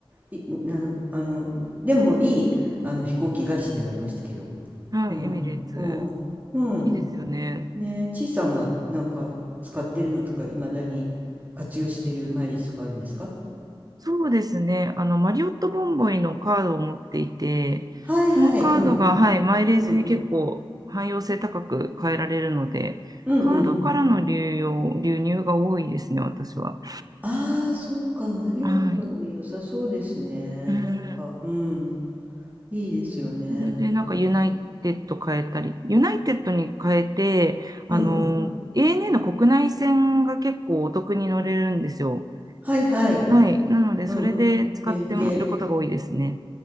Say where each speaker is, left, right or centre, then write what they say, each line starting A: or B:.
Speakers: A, on the right (about 20°); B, on the right (about 40°).
A: い、なあの、でもいい、あの、飛行機会社ではありましたけど。
B: うん。はい。
A: うん、
B: エミレーツ。
A: うん、うん。
B: いいですよね。
A: ねえ、ちいさんはなんか使ってるのとか、いまだに活用してるマイレージとかあるんですか
B: そうですね。あの、マリオットボンボイのカードを持っていて、
A: はいはい、
B: そのカードが、
A: うん、
B: はい、マイレージに結構汎用性高く変えられるので、
A: うん、うん、
B: カードからの流用、
A: うん。
B: 流入が多いですね、私は。
A: ああ、そうか、マリオットの良さそうですね。
B: はい。うん。
A: なんか、うん、いいですよね。
B: それで、なんか、
A: そういえば
B: ユナイテッド変えたり、ユナイテッドに変えて、あの、
A: うん、
B: ANA の国内線が結構お得に乗れるんですよ。
A: はいはい、
B: はい。なので、それで使ってることが多いですね。
A: うん、連携。